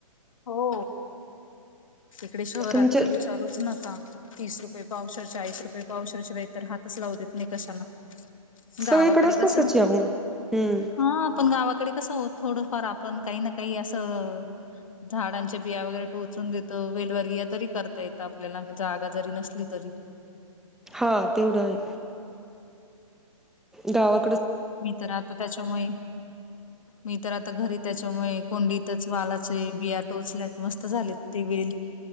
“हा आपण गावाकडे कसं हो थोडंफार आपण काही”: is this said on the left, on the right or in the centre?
Left